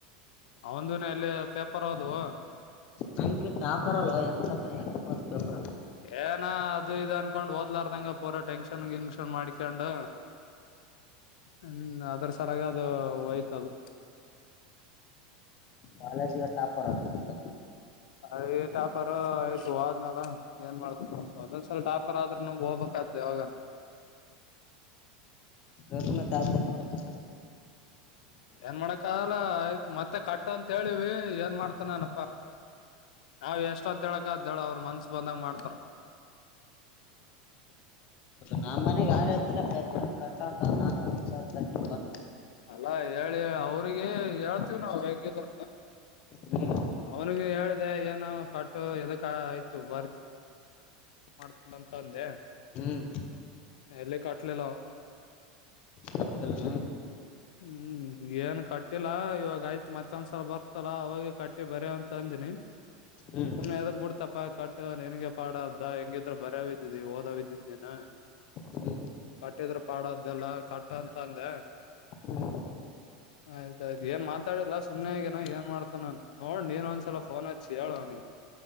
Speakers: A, on the left; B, on the left.
A: ಅವಂದಿನ ಎಲ್ಲಿ ಪೇಪರ್ ಅದುವ
B: ನಮ್ಕಿನ್ ಟಾಪರ್ ಅಲ್ವೋ ಹೆಂಗ್ ತಕ್ಕ ಹೆಂಗ್ ಓದ್ ಪೇಪರ್
A: ಏನ ಅದು ಇ ಅನ್ಕೊಂಡ್ ಓದ್ಲಾರ್ದಂಗ ಪೂರಾ ಟೆನ್ಶನ್ ಗಿಂಕ್ಷನ್ ಮಾಡ್ಕೊಂಡು ಹ್ಮ ಅದ್ರ ಸಲಾಗ ಅದು ಹಯ್ತದು
B: ಬಾಲಜಿಗ ಟಾಪರ್ದು ಗಂತ
A: ಅಯ ಟಾಪರ್ ಆಯ್ತು ಆದ್ನಾಲ ಏನ್ ಮಾಡ್ತ
B: ಹ್ಮ್
A: ಒಂದೊಂದ್ಸಲ ಟಾಪರ್ ಆದ್ರರು ನ ಹೋಗ್ಬೇಕಾದ್ದೆ ಅವಾಗ
B: <inaudible> ಮಾಡಕ್ಕ
A: ಏನ್ ಮಾಡಕ್ಕ ಎಲ್ಲ ಆಯ್ತು ಮತ್ತೆ ಕಟ್ಟಂತ ಹೇಳಿವ ಏನ್ ಮಾಡ್ತನಪ್ಪಾ ನಾವ ಎಷ್ಟ ಅಂತ ಹೇಳಕ ಅದ್ದಳ ಅವ್ರ ಮನ್ಸ ಬಂದಂಗ ಮಾಡ್ತಾರ
B: ನಮ್ಮ್ನೆಗ್ ಯಾರಲ್ಲ ಕ ಕಟ್ಟಂತ ಒಂದ್ಸ ಕಟ್ಟಿ ಬಂದ
A: ಅಲ್ಲಾ ಹೇಳಿ ಅವರು ಅವಿಗೆ ಹೇಳ್ತೀವಿ ನಾವವು ಹೇಗದ್ರ
B: ಹ್ಮ್
A: ಅವನಿಗೆ ಹೇಳಿದೆ ಏನು ಕಟ್ಟು ಎದಕ್ ಆಯ್ತು ಬರ್ತಿ ಮಾಡ್ತನಂತ ಅಂದೆ
B: ಹ್ಮ್
A: ಎಲ್ಲಿ ಕಟ್ಲಿಲ್ಲ
B: ಕಟ್ಟಲ್ಲ ಹ್ಮ್
A: ಹ್ಮ್ ಏನ್ ಕಟ್ಟಿಲ್ಲ ಇವಾಗ ಆಯ್ತ್ ಮತ್ತೊಂದ್ಸಲ ಬರ್ತಲ್ಲ ಅವಾಗ ಕಟ್ಟಿ ಬರ್ಯ ಅಂತ ಅಂದಿನಿ
B: ಹ್ಮ್
A: ಸುಮ್ನೆ ಎದಗ್ ಬಿಡ್ತಪ ಕಟ್ ನನ್ಗೆ ಪಾಡದ್ದ ಹೆಂಗಿದ್ರ ಬರ್ಯವ್ದಿದಿ ಓದಿದ್ದಿದ ನೀನ್
B: ಹ್ಮ್
A: ಕಟ್ಟಿದ್ರ ಪಾಡದೆಲ್ಲ ಕಟ್ಟ ಅಂತ ಅಂದ
B: ಹ್ಮ್
A: ಆಯ್ತಾಯ್ತು ಏನ್ ಮಾತಾಡಿಲ್ಲ ಸುಮ್ನೆ ಆಗನ ಏನ್ ಮಾಡ್ತಾನು ನೋಡ್ ನೀನ್ ಒಂದ್ಸಲ ಫೋನ್ ಹಚ್ಚಿ ಹೇಳ ಅವನಿಿಗೆ